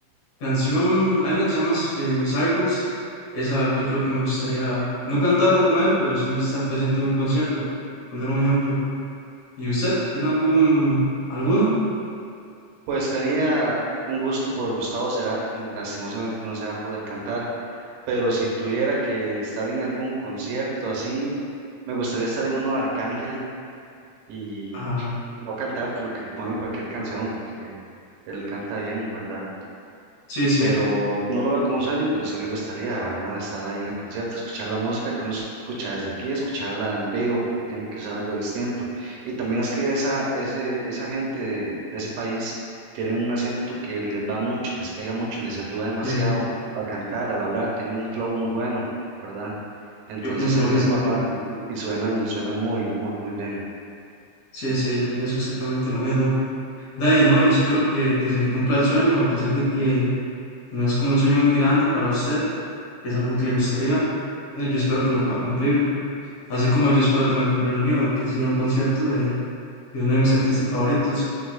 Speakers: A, on the left; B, on the right.
A: Canción, hay una que se llama eh, Circles, esa yo creo que me gustaría no cantarla con él, pero sí estar presente en un concierto, por poner un ejemplo. ¿Y usted tiene algún, alguna?
B: Pues tenía un gusto por Gustavo Cerati, lastimosamente no se va a poder cantar, pero si tuviera que estar en algún concierto así, me gustaría estar en uno de Arcángel y
A: Ajá,
B: no cantar, pero que pongan cualquier canción porque él canta bien, ¿verdad?
A: sí, sí,
B: Pero no lo veo como un sueño, pero sí me gustaría, ¿verdad? Estar ahí en el concierto, escuchar la música que uno escucha desde aquí, escucharla en vivo porque tiene que ser algo distinto. Y también es que esa, ese, esa gente de, de ese país tiene un acento que les va mucho, les pega mucho, les ayuda demasiado
A: sí,
B: al cantar, al hablar, tienen un flow muy bueno, ¿verdad? Entonces
A: yo pienso
B: se
A: lo
B: les
A: mismo,
B: hace más
A: sí,
B: fácil y, y suenan, suenan muy, muy, muy bien.
A: sí, sí, yo pienso exactamente lo mismo. De ahí, no, yo espero que, que se le cumpla el sueño, a pesar de que no es como un sueño muy grande para usted, que es algo que le gustaría, eh, yo espero que lo pueda cumplir, así como yo espero también cumplir el mío, que sea un concierto de de uno de mis artistas favoritos.